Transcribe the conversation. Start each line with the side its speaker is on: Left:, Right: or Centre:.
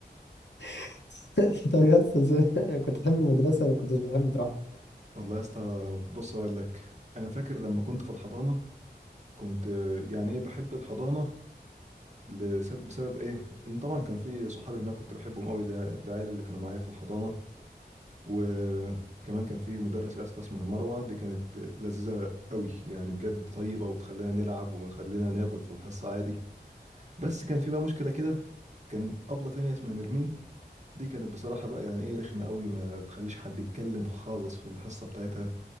Left: <laughs> طب يا أستاذ كنت بتحب المدرسة ولا كنتش بتحب تروح؟
Right: والله يا اسطى بص اقول لك انا فاكر لما كنت في الحضانه كنت آه، يعني ايه بحب الحضانه لسبب بسبب ايه ان طبعا كان في صحابي هناك كنت بحبهم قوي العيال اللي كانوا معايا في الحضانه وكمان كان في مدرسه يا اسطى اسمها مروه دي كانت آه، لذيذه قوي يعني بجد طيبه وبتخلينا نلعب وبتخلينا ناكل في الحصه عادي بس كان في بقى مشكلة كده كان أبلة تانية اسمها نرمين دي كانت بصراحة بقى يعني إيه رخمة قوي ما تخليش حد يتكلم خالص في الحصة بتاعتها